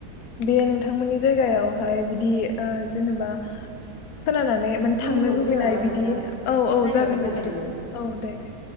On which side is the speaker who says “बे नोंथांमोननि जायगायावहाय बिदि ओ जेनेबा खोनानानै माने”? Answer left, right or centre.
Left